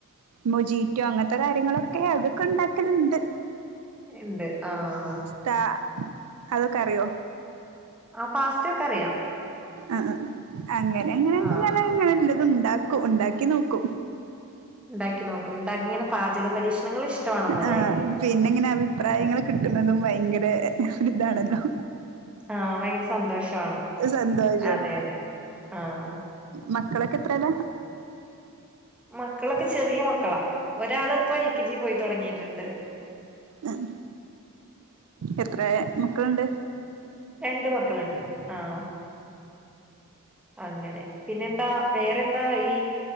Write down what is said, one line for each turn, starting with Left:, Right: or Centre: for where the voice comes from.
Right: മൊജീറ്റോ അങ്ങനത്തെ കാര്യങ്ങളൊക്കെ അതൊക്കെണ്ടാക്കല്ണ്ട്.
Centre: ഇണ്ട് ആഹ്
Right: ത അതൊക്കെ അറിയോ?
Centre: ആഹ് പാസ്തയക്കെ അറിയാം.
Right: ആഹ് അഹ് അങ്ങനെ അങ്ങനെയൊക്കെ
Centre: ആഹ്
Right: അങ്ങനെല്ലത് ഉണ്ടാക്കും ഉണ്ടാക്കി നോക്കും
Centre: ഇണ്ടാക്കി നോക്കും ഉണ്ടാക്കിങ്ങനെ പാചക പരീക്ഷണങ്ങൾ ഇഷ്ടമാണെന്നല്ലേ
Right: ആഹ് പിന്നെ ഇങ്ങനെ അഭിപ്രായങ്ങൾ കിട്ട്ന്നതും ഭയങ്കര ഒരുതാണല്ലോ
Centre: ആഹ് ഭയങ്കര സന്തോഷവാണ്
Right: സന്തോഷാണ്
Centre: അതെ അതെ ആഹ്
Right: മക്കളൊക്കെ എത്രല?
Centre: മക്കളൊക്കെ ചെറിയ മക്കളാ ഒരാള് ഇപ്പോ എൽ കെ ജി പോയി തൊടങ്ങിയിട്ടുണ്ട്.
Right: എഹ് എത്രേ മക്കള്ണ്ട്?
Centre: രണ്ട് മക്കള്ണ്ട് ആഹ് അങ്ങനെ പിന്നെന്താ? വേറെന്താ ഈ